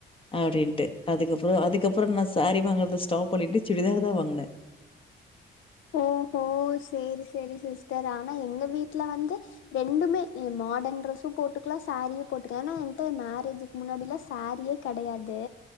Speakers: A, on the left; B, on the left.
A: அப்டின்ட்டு அதுக்கப்புறோ அதுக்கப்புறோ நா சாரி வாங்குறத ஸ்டாப் பண்ணிட்டு சுடிதார்தா வாங்ன
B: ஓஹோ சேரி செரி சிஸ்டர் ஆனா எங்க வீட்ல வந்து ரெண்டுமே ஏ மாடன் ட்ரெஸ்ஸு போட்டுக்லா சாரியு போட்டுக்லா ஏன்னா என்ட்ட மேரேஜுக் முன்னாடில சாரியே கடயாது